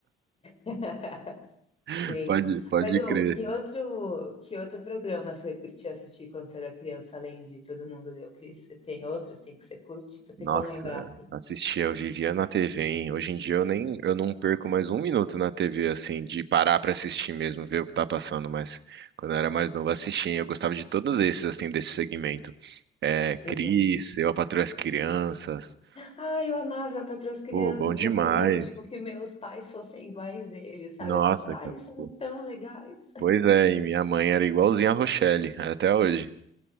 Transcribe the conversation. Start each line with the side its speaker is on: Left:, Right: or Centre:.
Left: <laughs>
Right: <laughs>
Left: Sim.
Right: Pode, pode
Left: Mas ô,
Right: crer.
Left: que outro, que outro programa você curtia assistir quando você era criança, além de Todo Mundo Deu Cris? Você tem outro assim que você curte? Tô tentando
Right: Nossa,
Left: lembrar aqui.
Right: assistia, eu vivia na TV, hein? Hoje em dia eu nem, eu não perco mais um minuto na TV, assim, de parar pra assistir mesmo, ver o que tá passando, mas quando eu era mais novo, eu assistia, hein? eu gostava de todos esses, assim, desse segmento. É,
Left: Uhum.
Right: Cris, Eu, a Patroa e as Crianças,
Left: Ah, eu amava Patroa as Crianças.
Right: pô, bom demais.
Left: Eu queria, tipo, que meus pais fossem iguais a eles, sabe?
Right: Nossa,
Left: Assim, tipo, ah,
Right: cara.
Left: eles são
Right: pô.
Left: tão legais.
Right: Pois é, e minha mãe era igualzinha a Rochelle, até hoje.